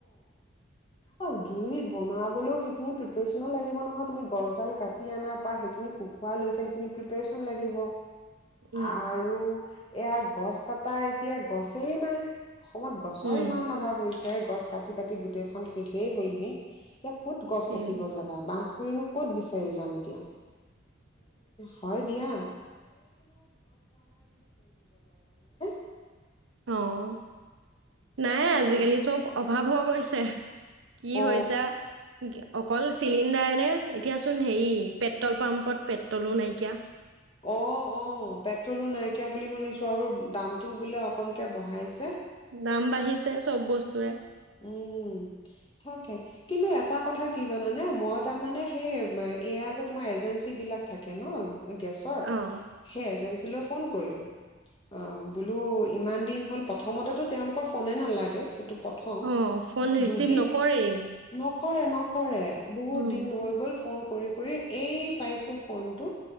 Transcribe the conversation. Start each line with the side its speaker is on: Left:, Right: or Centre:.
Left: অ জুইত বনাবলৈও সেইখিনি প্ৰিপাৰেচন লাগিব নহয় তুমি গছডাল কাটি অনাৰ পৰা সেইখিনি শুকুৱালৈকে সেইখিনি প্ৰিপাৰেচন লাগিব
Right: উম
Left: আৰু এয়া গছ কটা এতিয়া গছেই নাই অসমত গছৰ
Right: উম
Left: ইমান অভাৱ হৈছে এয়াই গছ কাটি কাটি গোটেইখন শেষেই হ'লহি এতিয়া ক'ত গছ
Right: সেয়াই
Left: কাটিব যাবা বাহ কত বিচাৰি যাম এতিয়া হয় দিয়া <inaudible>
Right: আহ নাই
Left: তাকে
Right: আজিকালি চব ভাৱ হৈ গৈছে কি
Left: অ
Right: হৈছে অকল চিলিণ্ডাৰ
Left: এ
Right: নে উঠিয়াচোন হেৰি পেট্ৰল পাম্পত পেট্ৰলো নাইকিয়া
Left: অ অ পেট্ৰলো নাই নাইকীয়া বুলি শুনিছোঁ আৰু দামটো বোলে অকণকৈ বঢ়াইছে
Right: দাম বাঢ়িছে চব বস্তুৰে
Left: উম থাকে কিন্তু এটা কথা কি জানানে মই তাৰমানে সেই এয়া যে তোমাৰ এজেঞ্চী বিলাক থাকে ন গেছৰ
Right: অ
Left: সেই এজেঞ্চ ফোন কৰিলো অ বোলো ইমান দিন হল প্ৰথমতে তেওঁলোকৰ ফোনে নালাগে সেইটো থ'ম
Right: অ', ফোন ৰিচিভ
Left: যুঁজি,
Right: নকৰেই।
Left: নকৰে ন কৰে। বহুত
Right: উম,
Left: দিন হৈ গ'ল ফোন কৰি, কৰি এই পাইছো ফোনটো